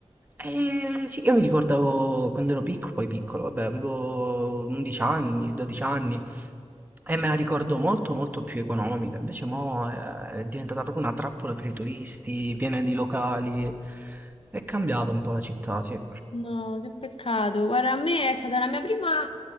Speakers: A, on the right; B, on the left.
A: Eh, sì, io mi ricordavo quando ero piccolo, poi piccolo, vabbè, avevo 11 anni, 12 anni e me la ricordo molto molto più economica. Invece mo eh, è diventata proprio una trappola per i turisti, piena di locali. È cambiata un po' la città, sì.
B: No, che peccato. Guarda, a me è stata la mia prima,